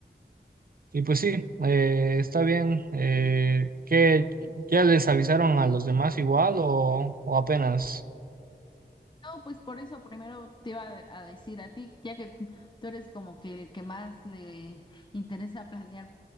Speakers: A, on the right (about 55°); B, on the left (about 25°).
A: Y pues sí, eh, está bien. Eh, ¿qué, ya les avisaron a los demás igual o, o apenas?
B: No, pues por eso primero te iba a a decir a ti, ya que t- tú eres como que el que más le interesa planear,